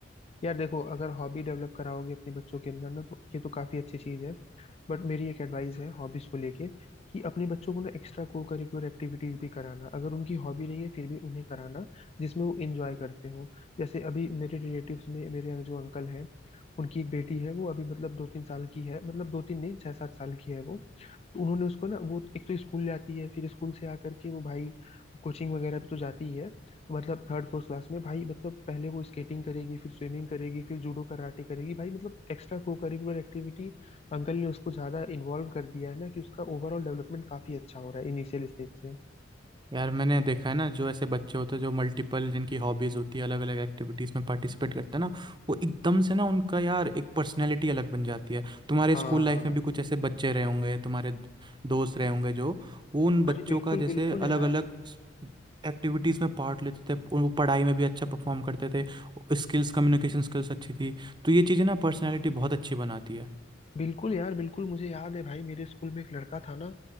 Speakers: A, on the left; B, on the right.
A: यार देखो अगर हॉबी डेवलप कराओगे अपने बच्चों के अंदर ना तो ये तो काफी अच्छी चीज है बट मेरी एक एडवाइस है हॉबीज को लेके कि अपने बच्चों को ना एक्स्ट्रा को करिकुलर एक्टिविटीज भी कराना अगर उनकी हॉबी नहीं है फिर भी उन्हें कराना जिसमें वो इंजॉय करते हो जैसे अभी मेरे रिलेटिव्स में मेरे जो अंकल हैं उनकी एक बेटी है वो अभी मतलब दो तीन साल की है मतलब दो तीन नहीं छह सात साल की है वो तो उन्होंने उसको ना वो एक तो स्कूल जाती है फिर स्कूल से आकर के वो भाई कोचिंग वगैरह भी तो जाती ही है मतलब थर्ड फोर्थ क्लास में भाई मतलब पहले वो स्केटिंग करेगी फिर स्विमिंग करेगी फिर जूडो कराटे करेगी भाई मतलब extra co curricular activity uncle ने उसको ज्यादा इन्वॉल्व कर दिया है ना कि उसका ओवरऑल डेवलपमेंट काफी अच्छा हो रहा है इनिशियल स्टेज से
B: यार मैंने देखा है ना जो ऐसे बच्चे होते हैं जो मल्टीपल जिनकी हॉबीज होती है अलग अलग एक्टिविटीज में पार्टिसिपेट करते हैं ना वो एकदम से ना उनका यार एक पर्सनैलिटी अलग बन जाती है तुम्हारे
A: हाँ
B: स्कूल लाइफ में भी कुछ ऐसे बच्चे रहे होंगे तुम्हारे दोस्त रहे होंगे जो वो उन बच्चों
A: अरे बिल्कुल
B: का जैसे
A: बिल्कुल
B: अलग
A: यार
B: अलग एक्टिविटीज़ में पार्ट लेते थे वो पढ़ाई में भी अच्छा परफॉर्म करते थे स्किल्स कम्युनिकेशन स्किल्स अच्छी थी तो ये चीज़ें ना पर्सनैलिटी बहुत अच्छी बनाती है
A: बिल्कुल यार बिल्कुल मुझे याद है भाई मेरे स्कूल में एक लड़का था ना